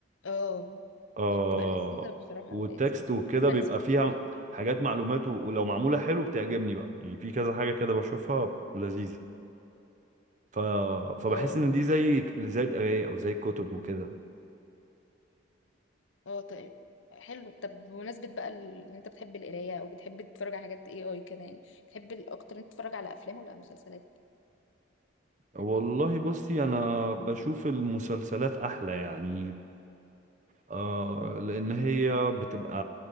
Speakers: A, on the left; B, on the right.
A: اه
B: آه
A: هي بتبقى لذيذة بصراحة
B: والتكست
A: أوقات يعني
B: وكده
A: بالنسبة
B: بيبقى
A: للناس بتحب
B: فيها
A: التاريخ
B: حاجات معلومات و- ولو معموله حلو بتعجبني بقى يعني في كذا حاجه كده بشوفها لذيذه ف... فبحس
A: اه
B: ان
A: اه
B: دي زي زي القرايه او زي الكتب وكده
A: اه طيب حلو طب بمناسبة بقى ال- إن أنت بتحب القراية أو بتحب تتفرج على حاجات اي اي كده يعني بتحب الأكتر أنت تتفرج على أفلام ولا على مسلسلات؟
B: والله بصي انا بشوف المسلسلات احلى يعني آه لان هي بتبقى